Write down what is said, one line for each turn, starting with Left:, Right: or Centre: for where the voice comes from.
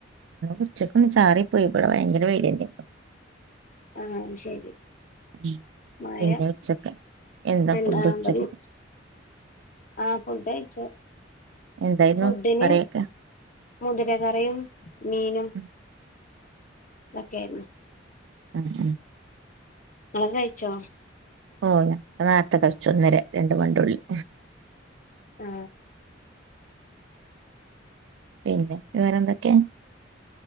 Right: ഉച്ചക്ക് ഒന്ന് ചാറി പോയി ഭയങ്കര വെയില്ണ്ട്
Left: ആ ശരി
Right: ഉം
Left: മഴ
Right: പിന്നെ
Left: അ
Right: ഉച്ചക്ക് എന്താ
Left: ഇവിടേം
Right: ഫുഡ് ഉച്ചക്ക്
Left: ആ ഫുഡ കഴി ച്ചു
Right: എന്തായിരുന്നു
Left: ഫുഡിന്
Right: കറിയൊക്കെ
Left: മുതിര കറിയും മീനും
Right: ആഹ്
Left: ഒക്കെയായിരുന്നു
Right: ഉം ഉം
Left: ഇങ്ങള് കഴിച്ചോ
Right: ഓ നേരത്തെ കഴിച്ചു ഒന്നര രണ്ട് മണിന്റെ ഉള്ളില്
Left: ആ
Right: പിന്നെ വേറെ എന്തൊക്കെഅ